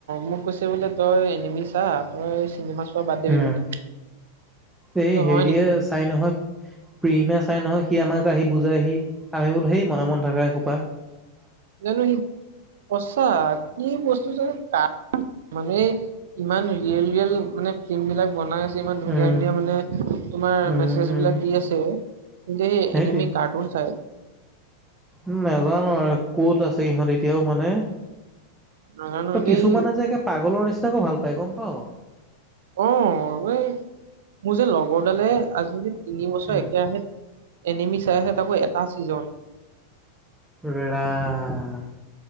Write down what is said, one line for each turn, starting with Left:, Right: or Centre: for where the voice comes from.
Right: মোক কৈছে বোলে তই এনেমি ছা তই চিনেমা চোৱা বাদ দিবি
Centre: উম,
Right: বোলে। কৈছো
Centre: এই হেৰিয়ে
Right: হয় নেকি?
Centre: চাই নহয় প্ৰিমে চাই নহয় সি আমাক আহি বুজাই হি আমি বোলো হেই মনে মনে থকা এ খোপা।
Right: জানো সি কচাক কি বস্তু জানো কাক মানে ইমান ৰিয়েল ৰিয়েল মানে ফিল্ম বিলাক বনাই আছ- ইমান ধুনীয়া
Centre: উম
Right: ধুনীয়া মানে তোমাৰ
Centre: উম,
Right: মেছেজ
Centre: উম,
Right: বিলাক দি আছে। দে সেই
Centre: সেইটোৱে
Right: এনিমি কাৰ্টুন চাই।
Centre: উম, নাজানো আৰু ক'ত আছে ইহঁত এতিয়াও মানে।
Right: নাজানো
Centre: কিছুমানে
Right: দেই
Centre: যে পাগলৰ নিচিনাকো ভাল পায় গম পাও।
Right: অ এই মোৰ যে লগৰ দালে আজি যদি তিনি বছৰ
Centre: উম,
Right: একে ৰাহে এনিমি চাই আছে তাকো এটা ছিজন।
Centre: ৰাম